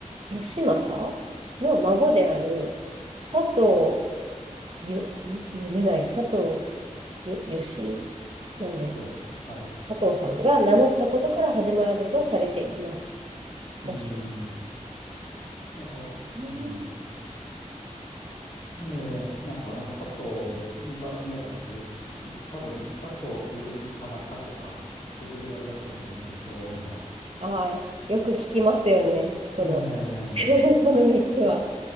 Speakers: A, on the right; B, on the left.
A: 義政の孫である佐藤よ、ん読めない佐藤よ、義、なんで、
B: 佐藤さん。はい。
A: 佐藤さんが名乗ったことから始まるとされています
B: うん。
A: らしいです。
B: いや
A: うん。
B: うん。佐ええ、なんかあの佐藤で2番目が鈴木、多分佐藤、鈴木、田中とか、それぐらいだったと思うんですよ、多いの。
A: はい。よく聞きますよね。その、
B: ええ、
A: <laughs> その3つは。